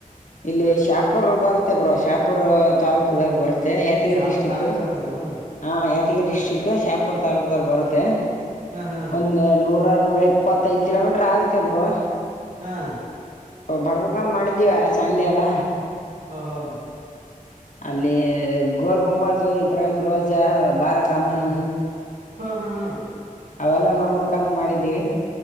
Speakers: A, on the left; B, on the right.
A: ಇಲ್ಲಿ ಶಾಪೂರ್ ಬರುತ್ತೆ ಬ್ರೋ ಶಾಪೂರ್ ತಾಾಲೂಕದಾಗ ಬರುತ್ತ ಮ ಯಾದಗಿರಿ
B: ಶಾಪುರ್
A: ಡಿಸ್ಟ್ರಿಕ್
B: ತಾಲೂಕ್ದಾರ ನೀವು
A: ಹ ಡಿಸ್ಟ್ರಿಕ್ ಶಾಪುರ್ ತಾಲೂಕಲ್ಲಿ ಬರುತ್ತೆ
B: ಹಾ ಹಾ
A: ಒಂದು ನೂರು ನೂರ ಇಪ್ಪತ್ತೈದ್ ಕಿಲೋಮೀಟರ್ ಆಗತ್ತೇ ಬ್ರರು
B: ಹ್ಮ್
A: ಬರ್ಬೇಕಂದ ಮಾಡಿದ್ದೀವ ಸಂಡೆ ಎಲ್ಲ
B: ಹ ಹಾ
A: ಅಲ್ಲಿ ಗೋಲ್ ಗುಂಬಾಜು ಇಬ್ರಹಿಮ್ ರೋಜಾ ಬಾರ ಕಮಾನ
B: ಹ್ಮ್ ಹಾ ಹಾ ಹಾ
A: ಅವೆಲ್ಲಾ ನೋಡ್ಬೇಕಂತ ಮಾಡಿದ್ದೀವಿ